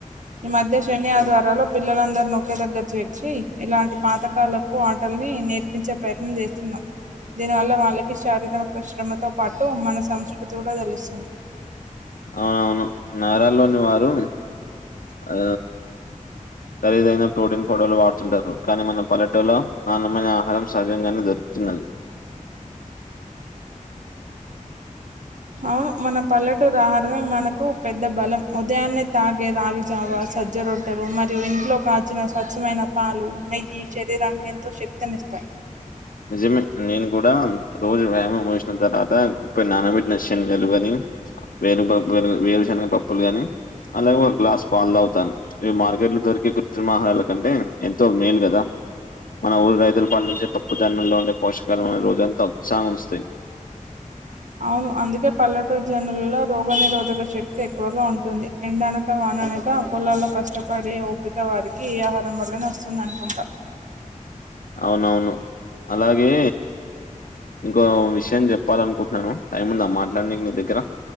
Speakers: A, on the right; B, on the left.
A: ఈ మధ్య శని ఆదివారాల్లో పిల్లలందరినీ ఒకే దగ్గర చేర్చి ఇలాంటి పాతకాలపు ఆటని నేర్పించే ప్రయత్నం చేస్తున్నాం దీనివల్ల వాళ్ళకి శారీరక శ్రమతో పాటు మన సంస్కృతి కూడా తెలుస్తుంది
B: అవునవును నగరల్లోని వారు ఆ ఖరీదైన ప్రోటీన్ పౌడర్లు వాడుతుంటారు కానీ మన పల్లెటులో నాణ్యమైన ఆహారం సహజంగానే ఉతునల్ <unintelligible>
A: అవును మన పల్లెటూరు ఆహారమే మనకు పెద్ద బలం ఉదయాన్నే తాగే రాగిజావ
B: ఎస్,
A: సజ్జ రొట్టెలు మరియు ఇంట్లో కాచిన స్వచ్చ్చమైన పాలు నెయ్యి శరీరానికి ఎంతో శక్తిని ఇస్తాయి
B: నిజమే నేను కూడా రోజు వ్యాయామం చేసిన తర్వాత గుప్పెడు నానబెట్టిన శనగలు అని వేరు బొబ్బలు వేరుశనగ పప్పులు గాని అలాగే ఒక గ్లాస్ పాలు తాగుతాను ఇగ మార్కెట్లు దొరికే కృత్రిమ ఆహారాల కంటే ఎంతో మేలు కదా మన ఊరు రైతులు పండించే పప్పు ధాన్యం లో ఉండే పోషకాలు మనని రోజంతా ఉత్సాహం గా వుంచుతాయి
A: అవును అందుకే పల్లటూరు జనుల్లో రోగ నిరోధ గ శక్తి ఎక్కువగా ఉంటుంది ఎండనక వాననక పొలాల్లో కష్టపడి అందుకే వారికి ఈ ఆహారం వల్లనే వస్తుంది అనుకుంటా
B: అవునవును అలాగే ఇంకో విషయం చెప్పాల అనుకుంటున్నాను టైం ఉందా మాట్లాడడానికి నీ దగ్గర